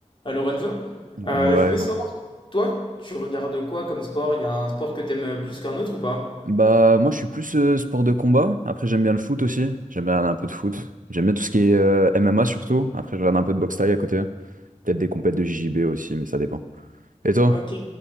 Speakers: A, on the left (about 40°); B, on the right (about 90°).
A: Euh, Lorenzo,
B: Ouais,
A: euh, je voulais
B: Marco.
A: savoir, toi, tu regardes quoi comme sport? Il y a un sport que t'aimes plus qu'un autre ou pas?
B: Bah, moi, je suis plus euh, sport de combat. Après, j'aime bien le foot aussi. J'aime bien un peu de foot. J'aime bien tout ce qui est euh, MMA surtout. Après, je regarde un peu de boxe thaï à côté. Peut-être des compètes de JJB aussi, mais ça dépend. Et toi?
A: Ok.